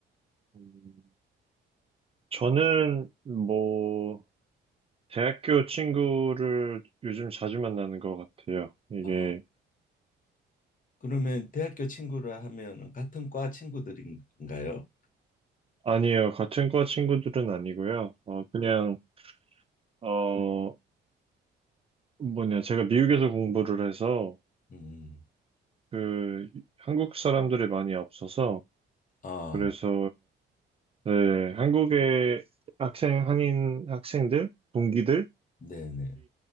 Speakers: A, on the right; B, on the left.
A: 음. 저는, 뭐, 대학교 친구를 요즘 자주 만나는 것 같아요. 이게,
B: 아, 그러면 대학교 친구라 하면 같은 과 친구들인가요?
A: 아니에요. 같은 과 친구들은 아니고요. 어, 그냥, 어, 뭐냐, 제가 미국에서 공부를 해서,
B: 음.
A: 그, 한국 사람들이 많이 없어서,
B: 아,
A: 그래서 네, 한국의 학생, 한인 학생들, 동기들이
B: 네네.